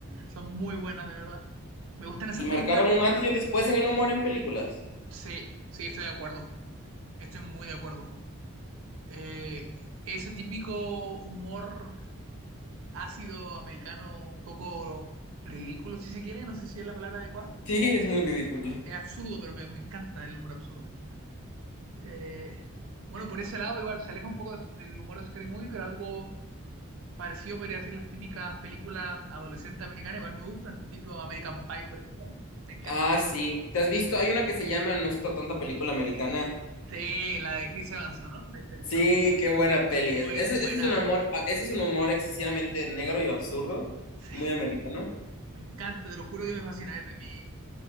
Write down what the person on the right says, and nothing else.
Son muy buenas, de verdad. Me gustan esas
películas de,
de comedia.
Sí, sí, estoy de acuerdo. Estoy muy de acuerdo. Eh, ese típico humor ácido americano un poco ridículo, si se quiere, no sé si es la palabra adecuada.
Es absurdo, pero me, me encanta el humor absurdo. Eh, bueno, por ese lado igual se aleja un poco de- del humor de Scary Movie, pero algo parecido podría decir las típicas películas adolescentes americanas, igual me gustan, tipo American Pie, por ejemplo. Me encanta.
Sí, la de Chris Evans, ¿no? La de Chris
Evans.
Muy
buena.
Eh,
Sí,
me encanta, te lo juro que me fascina, es de mi,